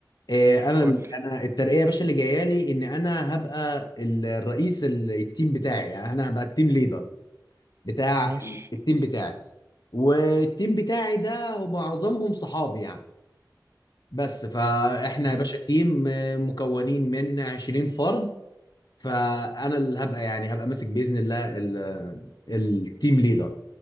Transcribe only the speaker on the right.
قول لي
ماشي
مم.